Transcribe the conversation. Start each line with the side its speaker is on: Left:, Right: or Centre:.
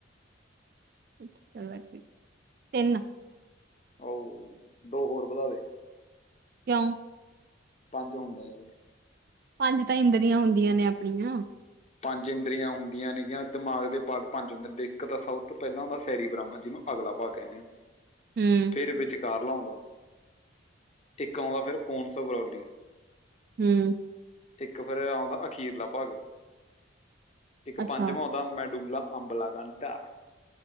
Right: ਉਠ ਚਲ, ਤਿੰਨ।
Left: ਓ ਹ ਦੋ ਹੋਰ ਵਧਾ ਦੇ।
Right: ਕਿਉਂ?
Left: ਪੰਜ ਹੁੰਦੇ ਨੇ ਗੇ।
Right: ਪੰਜ ਤਾਂ ਇੰਦਰੀਆਂ ਹੁੰਦੀਆਂ ਨੇ ਆਪਣੀਆਂ।
Left: ਪੰਜ ਇੰਦਰੀਆਂ ਹੁੰਦੀਆਂ ਨੇਗੀਆਂ, ਦਿਮਾਗ ਦੇ ਪਾਰਟ ਪੰਜ ਹੁੰਦੇ ਨੇ, ਇੱਕ ਤਾਂ ਸਭ ਤੋਂ ਪਹਿਲਾਂ ਹੁੰਦਾ ਸੈਰੀ ਬ੍ਰਾਹਮਾ ਜਿਹਨੂੰ ਅਗਲਾ ਭਾਗ ਕਹਿੰਨੇ ਆ,
Right: ਹੂੰ
Left: ਫਿਰ ਵਿੱਚ ਕਾਰਲਾ ਆਉਂਦਾ, ਇੱਕ ਆਉਂਦਾ ਫਿਰ ਪੋਨ ਸੌਗਰੋਲੀ।
Right: ਹੂੰ।
Left: ਇੱਕ ਫਿਰੇ ਆਉਂਦਾ ਅਖੀਰਲਾ ਭਾਗ। ਇੱਕ
Right: ਅੱਛਾ
Left: ਪੰਜਵਾਂ ਆਉਂਦਾ ਮੈਂ ਡੂਲਾ ਅੰਬਲਾ ਕੰਤਾ।